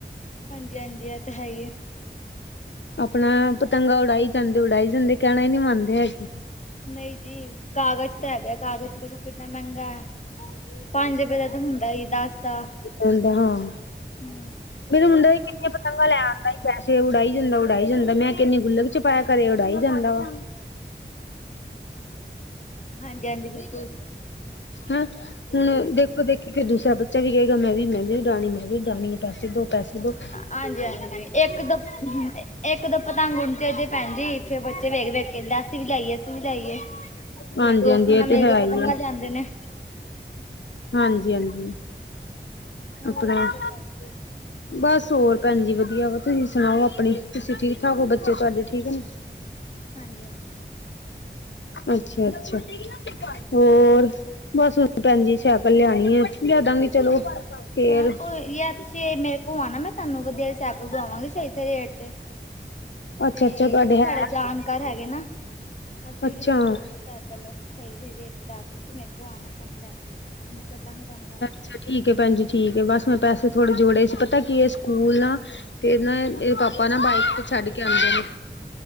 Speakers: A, on the left (about 40°); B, on the left (about 80°).
A: ਹਾਂਜੀ ਹਾਂਜੀ ਆ ਤਾਂ ਹੈ ਈ ਐ।
B: ਆਪਣਾ ਪਤੰਗਾ ਉਡਾਈ ਜਾਂਦੇ, ਉਡਾਈ ਜਾਂਦੇ ਕਹਿਣਾ ਈ ਨਈ ਮੰਨਦੇ ਹੈਗੇ।
A: ਨਹੀਂ ਜੀ ਕਾਗਜ਼ ਤਾਂ ਹੈਗੇ, ਕਾਗਜ਼ ਦੇਖੋ ਕਿੰਨਾ ਮਹਿੰਗਾ ਐ। ਪੰਜ ਰੁਪਏ ਦਾ ਤਾਂ ਹੁੰਦਾ ਈ ਐ ਦੱਸ ਤਾਂ।
B: ਉਧ ਹਾਂ।
A: ਹੁ
B: ਮੇਰਾ ਮੁੰਡਾ ਵੀ ਕਿੰਨੀਆਂ ਪਤੰਗਾ ਲੈ ਆਦਾ ਈ, ਪੈਸੇ ਉਡਾਈ ਜਾਂਦਾ, ਉਡਾਈ ਜਾਂਦਾ। ਮੈਂ ਕੈਨੀ ਗੁੱਲਕ ਚ ਪੈ ਕਰਰੇ ਇਅ ਉਡਾਈ ਜਾਂਦਾ ਵਾ।
A: ਹਾਂਜੀ, ਹਾਜੀ ਬਿਲਕੁਲ
B: ਹੈਮ ਹੁਣ ਦੇਖੋ ਦੇਖੀ ਫਿਰ ਦੂਸਰਾ ਬੱਚਾ ਵੀ ਕਹੇਗਾ ਮੈਂ ਵੀ ਮੈਂ ਵੀ ਊਡਾਣੀ ਮੈਂ ਵੀ ਊਡਾਣੀ ਏ ਪੈਸੇ ਦੋ। ਪੈਸੇ ਦੋ
A: ਹਾਂਜੀ ਹਾਂਜੀ ਇੱਕ ਦੋ ਹਮ ੲ। ਇੱਕ ਦੋ ਪਤੰਗ ਉਡੇ ਦੀ ਭੈਣਜੀ ਇਥੇ ਬੱਚੇ ਵੇਖ ਦੇ। ਕਹਿੰਦਾ ਅਸੀਂ ਵੀ ਲੇ ਆਈਏ ਅਸੀਂ ਵੀ ਲੇ ਆਈਏ ਫੇਰ
B: ਹਾਂਜੀ
A: ਦੋਸਤਾਂ
B: ਹਾਂਜੀ ਇਹ
A: ਨਾਲ
B: ਤੇ
A: ਮਿਲ
B: ਹੈ
A: ਕੇ
B: ਹੀ
A: ਪਤੰਗਾ
B: ਆ
A: ਲਿਆਦੇ ਨੇ।
B: ਹਾਂਜੀ ਹਾਂਜੀ।
A: ਹੋਰ
B: ਆਪਣਾ
A: ਦਸੋ ਭੈਣਜੀ
B: ਬਸ ਹੋਰ ਭੈਣ ਜੀ ਵਧੀਆ ਵਾ ਤੁਸੀਂ ਸੁਣਾਓ ਆਪਣੀ ਤੁਸੀਂ ਠੀਕ ਠਾਕ ਹੋ ਬੱਚੇ ਤੁਹਾਡੇ ਠੀਕ ਨੇ। <inaudible>
A: ਹਾਂਜੀ ਹਾਂਜੀ।
B: ਅੱਛਾ ਅੱਛਾ। ਹੋਰ ਬਸ ਹੁਣ ਭੈਣਜੀ ਸਾਈਕਲ ਲਿਆਣੀ ਐ ਲਿਆਦਾਂਗੇ ਚਲੋ। ਫੇਰ
A: ਹਾਂ ਕੋਈ ਯਾਰ ਤੁਸੀਂ ਮੇਰੇ ਕੋਲ ਆਣਾ ਮੈਂ। ਤੁਹਾਨੂੰ ਵਧੀਆ ਜੀ ਸਾਈਕਲ ਦਵਾਂਗੇ ਸਹੀ ਸਹੀ ਰੇਟ ਤੇ
B: ਅੱਛਾ
A: ਤੇ
B: ਅੱਛਾ ਤੁਹਾਡੇ ਹੈ
A: ਸਾਡਾ ਜਾਣਕਾਰ ਹੈਗੇ ਨਾ ਅਸੀਂ
B: ਅੱਛਾ
A: ਵੀ ਦਿੱਤੀ ਫਿਰ ਸਾਈਕਲ ਸਹੀ ਸਹੀ ਰੇਟ ਦਸਤੀ ਸੀ ਮੇਰੇ ਕੋਲ ਆਣਾ ਤੁਹਾਨੂੰ ਲੈ ਕੇ ਮੁ ਚਲਾਂਗੇ ਤੁਹਾਨੂੰ ਲੈਕੇ।
B: ਅੱਛਾ ਠੀਕ ਹੈ ਭੈਣ ਜੀ ਠੀਕ ਹੈ ਬਸ ਮੈਂ ਪੈਸੇ ਥੋੜੇ ਜੋੜੇ ਸੀ ਪਤਾ ਕੀ ਇਹ ਸਕੂਲ ਨਾ। ਫਿਰ ਨਾ ਇਹਦੇ ਪਾਪਾ ਨਾ ਬਾਈਕ ਤੇ ਛੱਡ ਕੇ ਆਉਂਦੇ ਨੇ